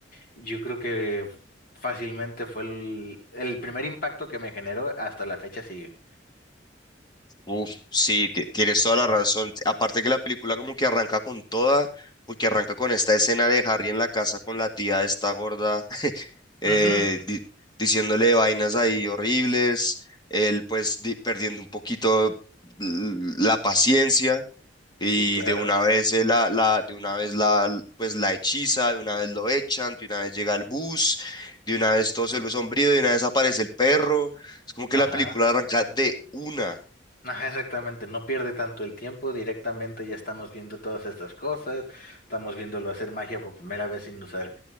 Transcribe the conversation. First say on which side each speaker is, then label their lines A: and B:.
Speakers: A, on the left; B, on the left.
A: yo creo que fácilmente fue el, el primer impacto que me generó, hasta la fecha sigue.
B: Uf, sí, ti- tienes toda la razón. Aparte que la película como que arranca con toda, porque arranca con esta escena de Harry en la casa con la tía esta gorda, <laughs> eh,
A: Ujú.
B: di- diciéndole vainas ahí horribles, él pues di- perdiendo un poquito l- la paciencia. Y
A: Sí, claro.
B: de una vez eh, la, la, de una vez la, pues la hechiza, de una vez lo echan, de una vez llega el bus, de una vez todo se vuelve sombrío, de una vez aparece el perro. Es como que
A: Ajá.
B: la película arranca de una.
A: Ajá, exactamente, no pierde tanto el tiempo, directamente ya estamos viendo todas estas cosas, estamos viéndolo hacer magia por primera vez sin usar